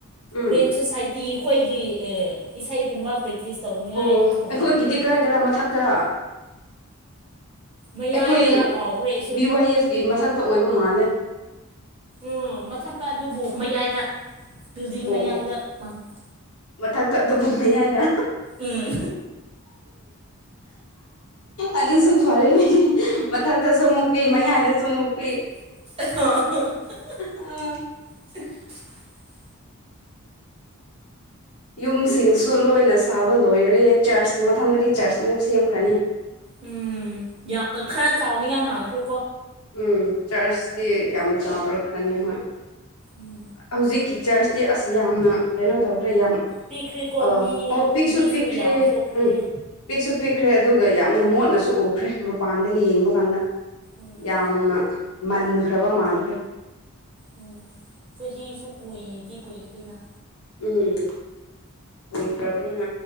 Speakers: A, on the left (about 75°); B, on the right (about 25°).
A: ꯎꯝ
B: ꯃꯦꯟ ꯁꯣꯁꯥꯏꯇꯤ ꯇꯤ ꯑꯩꯈꯣꯏꯒꯤ ꯏꯁꯩꯒꯨꯝꯕ ꯄ꯭ꯔꯦꯛꯇꯤꯁ ꯇꯧꯅꯤꯡꯉꯥꯏ
A: ꯑꯣ
B: ꯃꯐꯝ
A: ꯑꯩꯈꯣꯏꯒꯤꯗꯤ
B: ꯂꯩ
A: ꯀꯗꯥꯥꯏꯗꯔ ꯃꯊꯛ ꯇꯔꯥ
B: ꯃꯌꯥꯏꯗꯔ
A: ꯑꯩꯈꯣꯏ
B: ꯀꯥꯎꯈ꯭ꯔꯦ ꯑꯩꯁꯨ
A: ꯕꯤ ꯋꯥꯏ ꯑꯦꯐꯀꯤ ꯃꯊꯛꯇ ꯑꯣꯏꯕ ꯃꯥꯜꯂꯦ
B: ꯎꯝ ꯃꯊꯛꯇ ꯑꯗꯨ ꯃꯌꯥꯏꯗ ꯕꯤꯜꯗꯤꯡ
A: ꯑꯣ
B: ꯃꯌꯥꯏꯗ
A: ꯑꯣ
B: ꯃꯥꯥꯟꯅꯩ
A: ꯃꯊꯛꯇ ꯑꯗꯨꯨꯝ ꯃꯌꯥꯏꯗ
B: ꯎꯝ
A: ꯑꯗꯨꯁꯨ ꯐꯔꯦꯅꯤ ꯃꯊꯛꯇꯁꯨ ꯑꯃꯨꯛ ꯄꯤ ꯃꯌꯥꯏꯗꯁꯨ ꯑꯃꯨꯛ ꯄꯦ
B: <unintelligible>
A: ꯑ ꯌꯨꯝꯁꯤꯡꯁꯨ ꯂꯣꯏꯅ ꯁꯥꯕ ꯂꯣꯏꯔꯦ ꯆꯔꯆ ꯃꯊꯪꯗꯗꯤ ꯆꯔꯆ ꯑꯃꯨꯛ ꯁꯦꯝꯈ꯭ꯔꯅꯤ
B: ꯎꯝ ꯌꯥꯝ ꯈꯔ ꯆꯥꯎꯅꯤꯡꯉꯥꯏ ꯃꯥꯡꯈ꯭ꯔꯦ
A: ꯎꯝ ꯆꯔꯁꯗꯤ ꯌꯥꯝ ꯆꯥꯎꯔꯛ ꯀꯅꯤ ꯍ
B: ꯎꯝ
A: ꯍꯧꯖꯤꯛꯀꯤ ꯆꯔꯆ ꯗꯦ ꯑꯁꯤꯁ ꯌꯥꯝꯅ ꯀꯩꯅꯣ ꯇꯧꯈ꯭ꯔꯦ ꯌꯥꯝ
B: ꯄꯤꯛꯈ꯭ꯔꯦꯀꯣ
A: ꯑ
B: ꯃꯤ
A: ꯑꯣ ꯄꯤꯛꯁꯨ
B: ꯃꯤꯁꯨ
A: ꯄꯤꯛꯈ꯭ꯔꯦ
B: ꯌꯥꯝ ꯊꯣꯛꯈ꯭ꯔꯦ
A: ꯎꯝ ꯄꯤꯛꯁꯨ ꯄꯤꯛꯈ꯭ꯔꯦ ꯑꯗꯨꯒ ꯌꯥꯝꯅ ꯃꯣꯠꯅꯁꯨ ꯎꯈ꯭ꯔꯦ ꯃꯄꯥꯟꯗꯒꯤ ꯌꯦꯡꯕ ꯀꯥꯟꯗ
B: ꯎꯝ
A: ꯌꯥꯝꯅ ꯃꯥꯟꯈ꯭ꯔꯕ ꯃꯥꯟꯕꯈ꯭ꯔꯦ
B: ꯎꯝ ꯌꯁꯨ ꯀꯨꯏꯗꯤ ꯀꯏ ꯀꯅ
A: ꯎꯝ ꯀꯨꯏꯈ꯭ꯔꯕꯅꯤꯅ